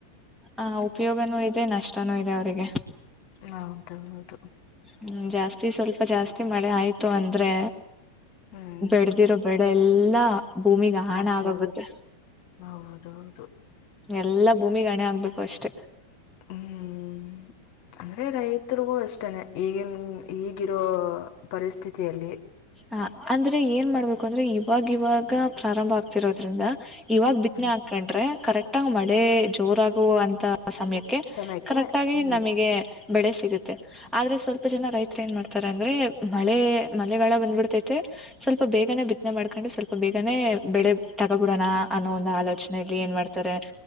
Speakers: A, in the centre; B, on the left.
A: ಆ ಉಪಯೋಗನೂ ಇದೆ ನಷ್ಟ ಇಷ್ಟನೂ ಇದೆ ಅವರಿಗೆ
B: ಹೌದ ಹೌದು
A: ಹ್ಮ್ ಜಾಸ್ತಿ ಸ್ವಲ್ಪ ಜಾಸ್ತಿ ಮಳೆ ಆಯ್ತು ಅಂದ್ರೆ
B: ಹ್ಮ್
A: ಬೆಡ್ದಿರೋ ಬೆಡ ಎಲ್ಲಾ ಭೂಮಿಿಗೆ ಹಣ
B: ನಾಶ
A: ಆಗಾಗುತ್ತೆ
B: ಆಗುತ್ತೆ ಹೌದೌದು
A: ಎಲ್ಲಾ ಭೂಮಿ ಗಣೆ ಆಗ್ಬೇಕು ಅಷ್ಟೇ
B: ಹ್ಮ್ ಅಂದ್ರೆ ರೈತ ತಿರ್ಗೂ ಅಷ್ಟನೆ ಈಗಿನ ಈಗಿರೋ ಪರಿಸ್ಥಿತಿಯಲ್ಲಿ
A: ಹ ಅಂದ್ರೆ ಏನ್ ಮಾಡ್ಬೇಕು ಅಂದ್ರೆ ಇವಾಗ ಇವಾಗ ಪ್ರಾರಂಭ ಆಗ್ತಿರೋದ್ರಿಂದ ಇವಾಗ ಬಿತ್ತನೆ
B: ಹ್ಮ್
A: ಹಾಕೊಂಡ್ರೆ ಕರೆಕ್ಟ್ ಆಗ ಮಳೆ ಜೋರಾಗುವ ಅಂತ ಆ ಸಮಯಕ್ಕೆ
B: ಸಮಯಕ್ಕೆ
A: ಕರೆಕ್ಟ್ ಆಗಿ
B: ಹ್ಮ್
A: ನಮಗೆ ಬೆಳೆ ಸಿಗುತ್ತೆ ಆದ್ರೆ ಸ್ವಲ್ಪ ಜನ ರೈತ ಏನ್ ಮಾಡ್ತಾರೆ ಅಂದ್ರೆ ಮಳೆ ಮ ಬಂದ್ಬಿಡ್ತೈತೆ ಸ್ವಲ್ಪ ಬೇಗನೆ ಬಿ್ನೆ ಮಾಡ್ಕೊಂಡೆ ಸ್ವಲ್ಪ ಬೇಗನೆ ಬೆಳೆ ತಗೋಬಿಡೋಣ ಅನ್ನೋ ಒಂದು ಆಲೋಚನೆಯಲ್ಲಿ ಏನ್ ಮಾಡ್ತಾರೆ